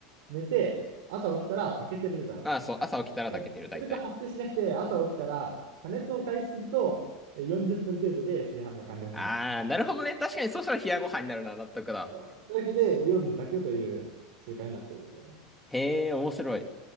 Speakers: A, on the right (about 70°); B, in the centre.
A: 寝て、朝起きたら炊けてるじゃん。
B: う。ああ、そう。朝起きたら炊けてる、
A: えっと、それが発生しなくて、
B: 大体。
A: 朝起きたら、加熱を開始すると、え40分程度で炊飯が完了するの。
B: あー、なるほどね。確かに、そしたら冷やご飯になるな、納得だ。
A: そう。というわけで、夜に炊くという習慣になっているのね。
B: へえ、面白い。